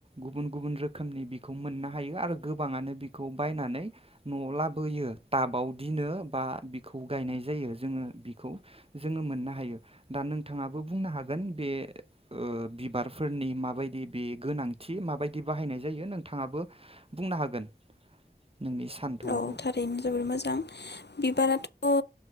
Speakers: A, on the right (about 35°); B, on the left (about 75°).
A: गुबुन गुबुन रोखोमनि बिखौ मोननो हायो आरो गोबाङानो खौ बायनानै न'आव लाबोयो टाबाव दिनो बा बिखौ गायनाय जायो जोङो बिखौ जोङो मोननो हायो दा नोंथाङाबो बुंनो हागोन बे बिबारफोरनि माबायदि बे गोनांथि माबायदि बाहायनाय जायो नोंथाङाबो बुंनो हागोन नोंनि सान्थौखौ
B: औ थारैनो जोबोर मोजां बिबाराथ' अ